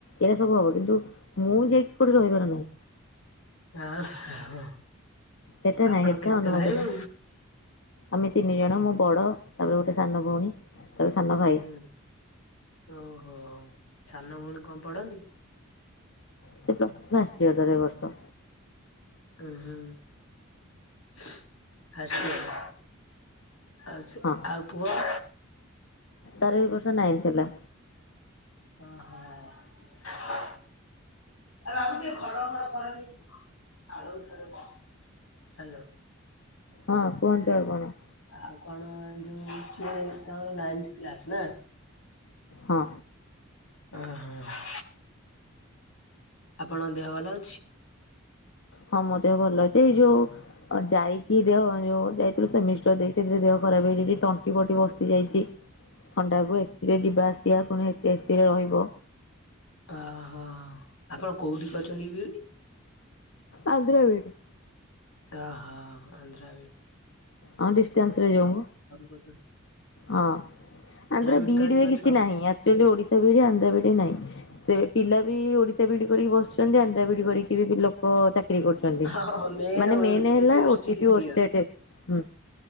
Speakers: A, on the left (about 60°); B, on the left (about 85°).
A: ଏରା ସବୁ ହବ କିନ୍ତୁ ମୁଁ ଯାଇକି କୋଉଠି ରହିବାର ନାହିଁ।
B: ଅ ହଁ
A: ହେଟା
B: ଆପଣ
A: ନାହିଁ ହେଟା
B: କେତେ
A: ଅନୁମତି
B: ଭାଇ?
A: ନାହିଁ ଆମେ ତିନି ଜଣ ମୁ ବଡ଼ ତାପରେ ଗୋଟେ ସାନ ଭଉଣୀ ତାପରେ ସାନ ଭାଇ।
B: ହୁଁ ଓହୋ ସାନ ଭୋଉଣୀ କଣ ପଢ଼ନ୍ତି?
A: ସେ ପ୍ଲସ୍ ଟୁ ଫାଷ୍ଟ୍ ଇଅର ତାର ଏ ବର୍ଷ।
B: ଉଁ ହୁଁ ଫାଷ୍ଟ୍ ଇଅର୍। ଆଉ ସେ
A: ହଁ
B: ଆଉ ପୁଅ?
A: ତାର ଏଇ ବର୍ଷ ନାଇନ୍ଥ୍ ହେଲା।
B: ଅହ। ଆ ବାବୁ ଟିଏ ଖଡ଼ଘଡ଼ କରନି <unintelligible> ଖାଡ଼ଉ ଖାଡ଼ଉ <inaudible> ହାଲୋ।
A: ହଁ କୁହନ୍ତୁ ଆଉ କଣ।
B: ଆଉ କଣ ଯୋଉ ସିଏ ତାଙ୍କର ନାଇନ୍ଥ୍ କ୍ଲାସ୍ ନାଁ?
A: ହଁ।
B: ଅହଁ। ଆପଣ ଦେହ ଭଲ ଅଛି?
A: ହଁ ମୋ ଦେହ ଭଲ ଅଛି ଏ ଯୋଉ ଅ ଯାଇକି ଦେହ ଯୋଉ ଯାଇଥିଲୁ ସେମିଷ୍ଟର୍ ଦେଇ ସେଥିରେ ଦେହ ଖରାପ ହେଇଯାଇଚି ତଣ୍ଟି ଫଣ୍ଟି ବସି ଯାଇଚି। ଥଣ୍ଡାକୁ ଏ ସି ରେ ଯିବା ଆସିଆ ପୁଣି ହେତି ଏ ସି ରେ ରହିବ।
B: ଅହ ଆପଣ କୋଉଠି କରିଚନ୍ତି ବିଇଡ଼ି?
A: ଆନ୍ଧ୍ରା ବିଏଡ଼୍।
B: ଅହ ଆନ୍ଧ୍ରା ବିଡ଼ି।
A: ହଁ ଡିଷ୍ଟାନ୍ସ୍ ରେ ଯୋଉ ମ
B: କରୁଛନ୍ତି।
A: ହଁ। ଆନ୍ଧ୍ରା
B: ବିଇଡି
A: ବିଡି଼ରେ
B: ତ ଆଜିକାଲି
A: କିଛି
B: ସବୁ
A: ନାହିଁ ଆକ୍ଚୁଆଲି ଓଡ଼ିଶା ବିଡ଼ି ଆନ୍ଧ୍ର ବିଡ଼ି ନାହିଁ। ସେ ପିଲା ବି ଓଡ଼ିଶା ବିଡ଼ି କରିକି ବସୁଚନ୍ତି ଆନ୍ଧ୍ରା ବିଡ଼ି କରିକି ବି ଲୋକ ଚା ବିକ୍ରି କରୁଛନ୍ତି
B: ହଁ ମେନ୍
A: ମାନେ
B: ଓଟିଟି
A: ମେନେ ହେଲା
B: ଓଷ୍ଟିଟି
A: ଓଟିଟି
B: କ୍ଲିୟର।
A: ଓଷ୍ଟେଡେ। ହୁଁ,